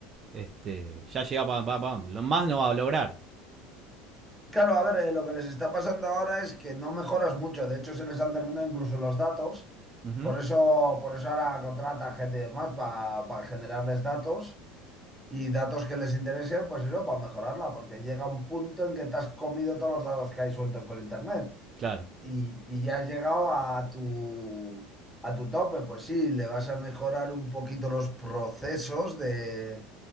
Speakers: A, on the right (about 30°); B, in the centre.
A: este, ya llega, va- va- va- lo más no va a lograr.
B: claro, a ver, eh, lo que les está pasando ahora es que no mejoras mucho. De hecho, se les han terminado incluso los datos.
A: Ujú,
B: Por eso, por eso ahora contratan gente y demás para generarles datos y datos que les interesen, pues eso, para mejorarla, porque llega un punto en que te has comido todos los datos que hay sueltos por internet
A: Claro,
B: y, y ya has llegado a tu, a tu tope, pues sí, le vas a mejorar un poquito los procesos de,